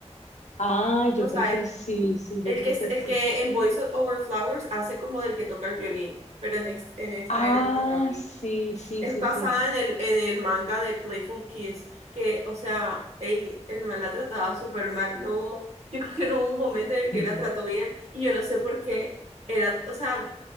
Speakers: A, on the left (about 85°); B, on the right (about 75°).
A: Ah, yo
B: No
A: creo
B: sabes,
A: que sí, sí,
B: el
A: yo creo
B: que, es-
A: que
B: el
A: sí.
B: que en Voice Over Flowers hace como del que toca el violín, pero en, es- en esta
A: Ah,
B: era el protagonista.
A: sí, sí,
B: es
A: sí,
B: basada
A: sí.
B: en el, en el manga de Playful Kiss, que, o sea, ey, el man la trataba súper mal. No hubo, yo creo que no hubo un momento en el
A: <laughs>
B: que la trató bien, y yo no sé por qué era, o sea,